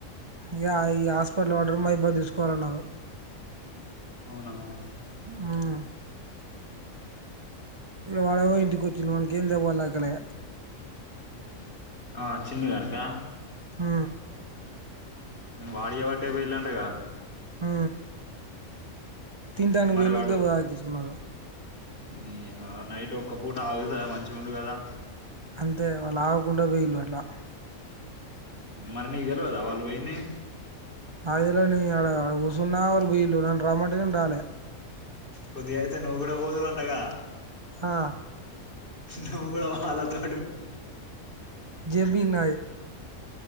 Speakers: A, on the right; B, on the left.
A: ఇ ఈ హాస్పిటల్ వాడరు మైబా తీసుకోవాలన్నారు
B: అవునవునా
A: ఆ ఇగ వాడేమో ఇంటికి వచ్చిండు వాని కేం దెబ్బలు తకలే
B: ఆ చిన్నగానీకా
A: ఆ
B: వాడు చేయబట్టే పోయిలాంటగా
A: ఆ తింటానికి
B: మరి
A: పొఇల్లు
B: వాడు
A: దెబ్బ తాకించుకున్నారు
B: ఈ ఆ నైట్ ఒక్క పూట ఆగుతే మంచిగా ఉండు కదా
A: అంతే వాళ్ళు ఆగకుండా పోేయిలుు అట్లా
B: మరి నీకు తెలువదా వాళ్ళు పోయిది
A: నాకు తెలువది ఆడ ఆడ కూసున్న వాళ్ళు పోయిల్లు నన్ను రమ్మంటే నిను రాలె
B: కొద్దిగా అయితే నువ్వు కూడా పోదు వండగా
A: ఆ
B: నువ్వు కూడా వాళ్ళ తోని
A: జీబి నాది